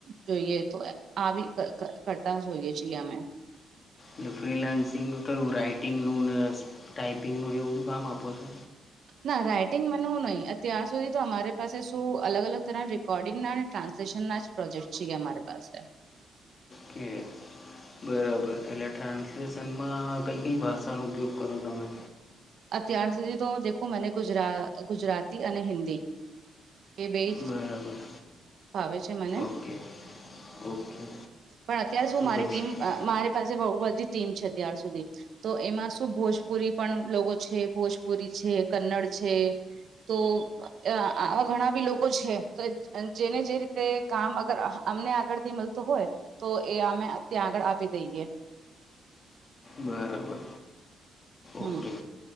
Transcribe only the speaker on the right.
જોઈએ તો આવી ક કરતા જોઈએ છીએ અમે.
ના રાઈટિંગ મનનું નહિ અત્યાર સુધી તો અમારી પાસે શું અલગ અલગ તરના રેકોર્ડિંગ ના ટ્રાન્સલેશન ના જ પ્રોજેક્ટ છીએ અમારી પાસે.
અત્યાર સુધી તો દેખું મને ગુજરા, ગુજરાતી અને હિન્દી. એ બે જ
ફાવે છે મને,
પણ અત્યારે શું
મારી
ટીમ અ મારી પાસે બહું બધી ટીમ છે અત્યાર સુધી, તો એમાં શું ભોજપુરી પણ લોગો છે, ભોજપુરી છે, કન્નડ છે, તો અ આ આવા ઘણા બી લોકો છે, તો જ જેને જે રીતે કામ અગર અ અમને આગળ મળતું હોય, તો એ અમે ત્યાં આગળ આપી દઈએ.
હમ